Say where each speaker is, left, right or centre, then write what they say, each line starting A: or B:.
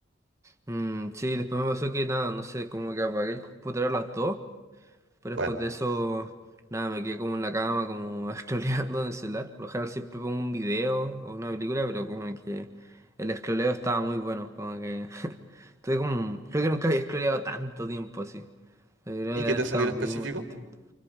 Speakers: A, on the right; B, on the right.
A: Mm, sí, después me pasó que nada, no sé, como que apagué el computador a las 2, pero
B: Bueno,
A: después de eso, nada, me quedé como en la cama, como <laughs> scrolleando en el celular. Por lo general siempre pongo un video o una película, pero como que el scrolleo estaba muy bueno, como que <laughs> tuve como, un- creo que nunca había scrolleado tanto tiempo así. Yo Creo
B: ¿y
A: que
B: qué
A: han
B: te
A: estado
B: salió en específico?
A: mínimo 30 minutos.